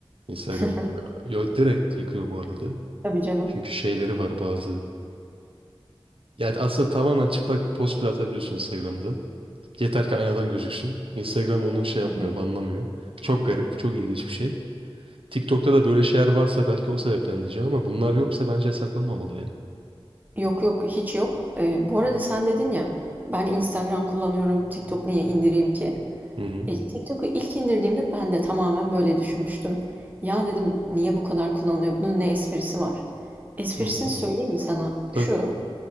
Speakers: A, on the right; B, on the right.
A: Instagram
B: <laughs>
A: yo, direkt yıkıyor bu arada.
B: Tabii canım.
A: Çünkü şeyleri var bazı. Yani aslında tamamen çıplak post bile atabiliyorsun Instagram'da. Yeter ki aynadan gözüksün. Instagram onu şey yapmıyor,
B: Hı hı.
A: banlamıyor. Çok garip, çok ilginç bir şey. TikTok'ta da böyle şeyler varsa belki o sebepten diyeceğim ama bunlar yoksa bence yasaklanmamalı yani.
B: Yok yok, hiç yok. Eee, bu arada sen dedin ya, ben Instagram kullanıyorum, TikTok niye indireyim ki?
A: Hı hı.
B: E, TikTok'u ilk indirdiğimde ben de tamamen böyle düşünmüştüm. Ya dedim niye bu kadar kullanılıyor? Bunun ne esprisi var? Esprisini
A: Hı hı.
B: söyleyeyim mi sana?
A: Tabii.
B: Şu,